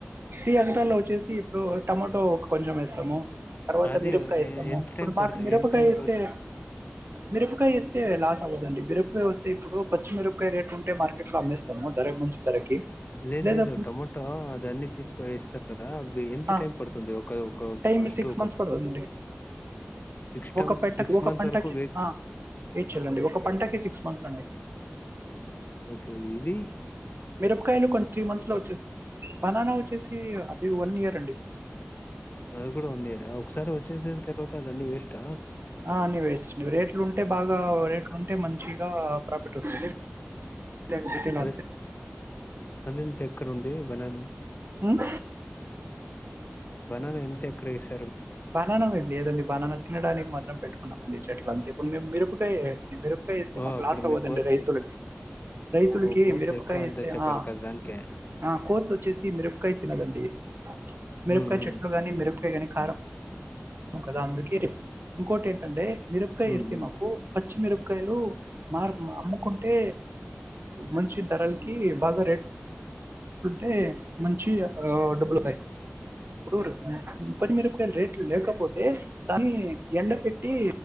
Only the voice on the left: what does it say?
అది
ఎంత
టైం
పడుతుంది
ఎంత టైం
లేదు
లేదు టొమోటో అది అన్ని తీసుక వేస్తారు కదా అవి ఎంత
టైం పడుతుంది ఒక ఒక
ఫస్ట్
ఒక
సిక్స్ టైమ్
సిక్స్
మంత్
వరకు వే
ఓకే నీది
అ కూడా ఉంది కదా ఒకసారి వచ్చేసిన తర్వాత అదన్ని వేస్ట్
అదే అందంతే ఎక్క ఉంది బననా
బననా ఎంత ఎక్ర ఇస్తు
ఓ
అక్కడ
మీ కోతులు
ఓ కోతులు
ఎక్కువ అంత
చెప్పారు
కదా దానికే
ఉమ్ ఉమ్
ఉమ్